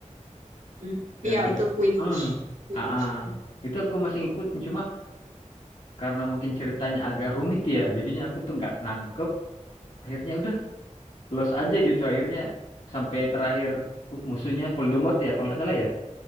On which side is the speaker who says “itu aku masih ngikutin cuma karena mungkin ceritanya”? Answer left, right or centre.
Left